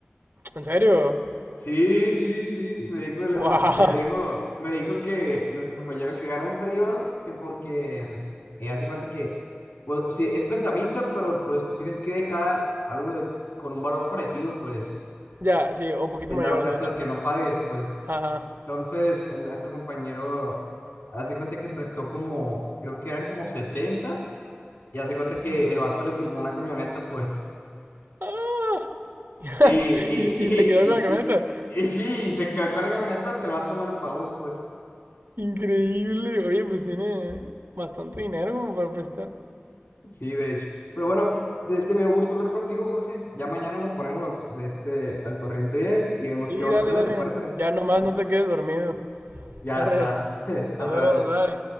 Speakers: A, on the right; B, on the left.
A: ¿En serio?
B: Sí, sí, sí, me
A: <laughs>
B: dijo, el
A: ¡Wow!
B: hermano- eh, me dijo, me dijo que nuestro compañero que gana inferior, que porque eh, hace cuenta que, pues, sí, es prestamista, pero pues tú tienes que dejar algo de, con un valor parecido, pues,
A: Ya, sí, o poquito
B: en
A: mayor,
B: dado caso
A: de hecho.
B: de que no pagues, pues.
A: Ajá.
B: Entonces, eh, nuestro compañero hace cuenta que prestó como, creo que eran como 70 y hace cuenta que
A: Y...
B: el vato le firmó una camioneta, pues,
A: ¡Ah! <laughs>
B: y, y, <laughs>
A: y, y se quedó
B: y,
A: con la camioneta.
B: y, y, y sí, se quedó con la camioneta porque el vato no le pagó, pues.
A: Increíble. Oye, pues tiene bastante dinero como para prestar.
B: Sí, de hecho. Pero bueno, de este me gusto hablar contigo, Jorge. Ya mañana nos ponemos de este al corriente de él y vemos
A: Sí,
B: qué onda
A: dale,
B: sale,
A: dale.
B: ¿te parece?
A: Ya nomás no te quedes dormido.
B: Ya
A: Arre,
B: está. <laughs>
A: nos
B: Arre,
A: vemos,
B: arre.
A: bye.